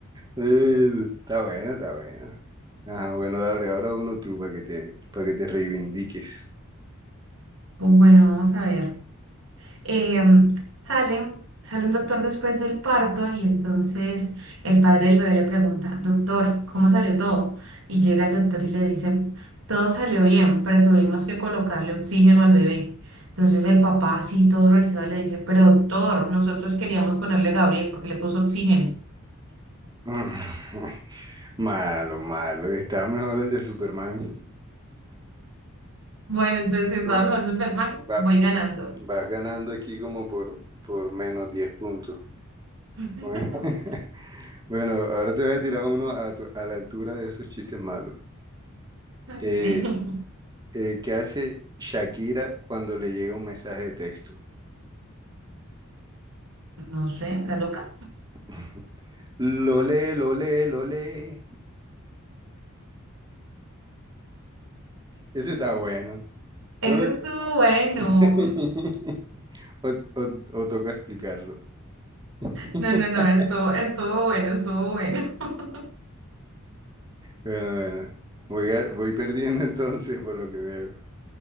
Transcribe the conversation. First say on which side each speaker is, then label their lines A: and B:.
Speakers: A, on the right; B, on the right.
A: Eh, Está bueno, está bueno. Ajá, bueno, dale, ahora uno tú para que te, para que te reivindiques.
B: Pues bueno, vamos a ver. Eh, sale, sale un doctor después del parto y entonces el padre del bebé le pregunta, doctor, ¿cómo salió todo? Y llega el doctor y le dice, todo salió bien, pero tuvimos que colocarle oxígeno al bebé. Entonces el papá, así todo horrorizado, le dice, pero doctor, nosotros queríamos ponerle Gabriel porque le puso oxígeno.
A: Mm. <laughs> Malo, malo. Está mejor el de Superman.
B: Bueno, entonces si estaba
A: Tú ve-
B: mejor Superman,
A: va-
B: voy ganando.
A: vas ganando aquí como por, por menos 10 puntos.
B: <laughs>
A: Bueno, <laughs> bueno, ahora te voy a tirar uno a, tu- a la altura de esos chistes malos.
B: Ok.
A: Eh, eh, ¿qué hace Shakira cuando le llega un mensaje de texto?
B: No sé, la loca.
A: <laughs> Lo lee, lo lee, lo lee. Ese está bueno.
B: Eso
A: No lo...
B: estuvo bueno.
A: <laughs> o, o o toca explicarlo. <laughs>
B: No, no, no, estuvo, estuvo bueno, estuvo bueno. <laughs>
A: Bueno, bueno. Voy, ga- voy perdiendo <laughs> entonces por lo que veo.